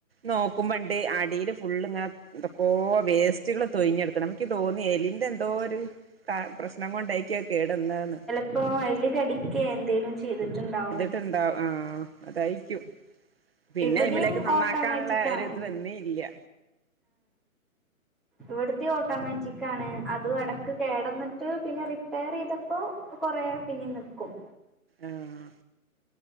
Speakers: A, on the right; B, in the centre.
A: നോക്കുമ്പണ്ട് അടിയില് ഫുള്ള് ഇങ്ങനെ എന്തൊക്കോ വേസ്റ്റുകള് തൊയിഞ്ഞടുക്കണ് അപ്പക്കി തോന്നി എലിൻ്റെ എന്തോ ഒര് പ്ര പ്രശ്നം കൊണ്ടായിക്കു അകേടുന്നെന്ന്
B: പ്പൊ എല്ലിന്റെ അടിക്കെ എന്തേലും ചെയ്തിട്ടുണ്ടാവും
A: ട്ട്ണ്ടാവ് ആഹ് അതായിരിക്കും പിന്നെ
B: ഇവിടെയും
A: അയ്മലേക്ക് നന്നാക്കാൻ
B: ഓട്ടോമാറ്റിക്
A: ള്ളെ ഒരു
B: ആണ്
A: ഇത് വന്നീ യില്ല്യ
B: ഇവിട്ത്തെ ഓട്ടോമാറ്റിക് ആണ് അതും എടക്ക് കേടെന്നിട്ട് പിന്നെ റിപ്പയർ ചെയ്തപ്പോ പ്പൊ കൊറെ പിന്നെ നിക്കും
A: ആഹ്